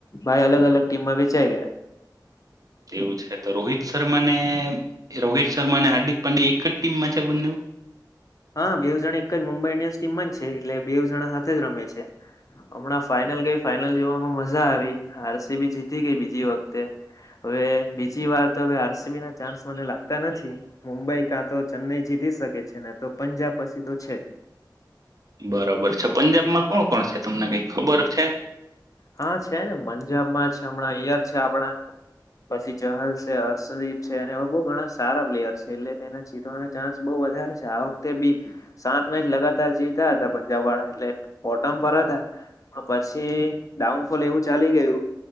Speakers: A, on the left (about 45°); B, on the right (about 50°).
A: ભાઈ અલગ અલગ ટીમમાં વેચાય
B: એવું છે. રોહિત શર્માને રોહિત શર્મા અને હાર્દિક પાંડે એક જ ટીમમાં છે બંનેવ
A: હા બેવ જણ એક જ મુંબઈ ઇન્ડિયન્સ ટીમમાં જ છે એટલે બે જણા હા જ રમે છે. હમણાં ફાઈઇનલ ગઈ ફાઈ જોવામાં મજા આવી આરસીબી જીતી ગઈ બીજી વખતે હવે બીજી વાર તો હવે આરસીબી ના ચાન્સ મને લાગતા નથી. મુંબઈ કાં તો ચેન્નઈ જીતી શકે છે ને તો પંજાબ પસી તો છે.
B: બરોબર છે પંજાબમાં કોણ કોણ છે. તમને કઈ ખબર છે.
A: હા છે ને પંજાબમાં છે હમણાં એયર છે આપણા પછી ચહલ છે અર્ષદીપ છે અને એ બો ઘણા સારા પ્લેયર છે એટલે તેને જીતવાનો ચાન્સ બહુ વધારે છે આ વખતે બી સાત મેચ લગાતાર જીતા હતા પંજાબ વાળા એટલે પોટમ પર હતા. પણ પછી ડાઉનફોલ એવું ચાલી ગયું